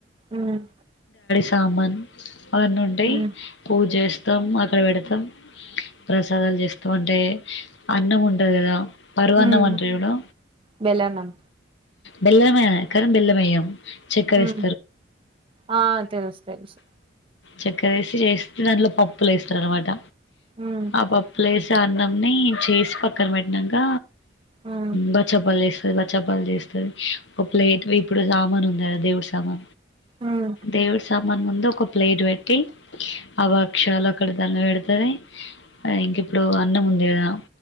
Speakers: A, on the right (about 25°); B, on the left (about 70°).
A: ఉమ్
B: కామన్ అవన్నీ ఉంటాయ్
A: ఉమ్
B: పూజస్ తం అక్కడ పెడతాం ప్రసాదాలు చేస్తాం అంటే అన్నం ఉంటది కదా పరవాన్నం
A: ఉమ్
B: అంటరు చూడు
A: బెల్లన్నం
B: బెల్లమే కాని బెల్లం వెయ్యం చక్కరెస్
A: ఉమ్ ఆ తెలుసు తెలుసు
B: చక్కరేసి చేస్ దాంట్లో పప్పులు వేస్తారు అనమాట
A: ఉమ్
B: ఆబ ప్లేస్ అన్నంని చేసి పక్కన పెట్టినంక
A: ఉమ్
B: బచ్చ పలేస్ ఎవరు చప్పాలు చేస్తది ఒక ప్లేట్ వేపుడు సామాను ఆ దేవుడ్ తమ
A: ఉమ్
B: దేవుడు సామాన్ ముందు ఒక ప్లేట్ పెట్టి ఆవాక్షారాలు అక్కడ దండ పెడుతది ఇంక ఇప్పుడు అన్నం ఉంది కదా